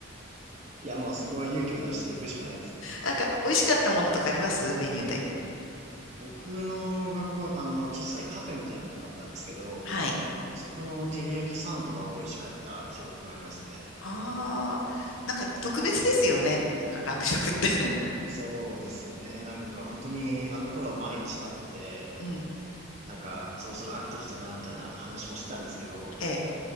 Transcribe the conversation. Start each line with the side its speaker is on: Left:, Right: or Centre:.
Right: いや、もうそこは勇気を出していくしかないですよ。
Left: なんか、美味しかったものとかありますメニューで。
Right: 僕の学校は、あの、小さいカフェみたいなのがあったんですけど、
Left: はい。
Right: そこの照り焼きサンドは美味しかった記憶がありますね。
Left: ああ、なんか特別ですよね。なんか学食って。<laughs>
Right: そうですね。なんか本当にあの頃は毎日食べてて、
Left: うん。
Right: なんかそろそろ飽きてきたな、みたいな話もしてたんですけど、
Left: ええ。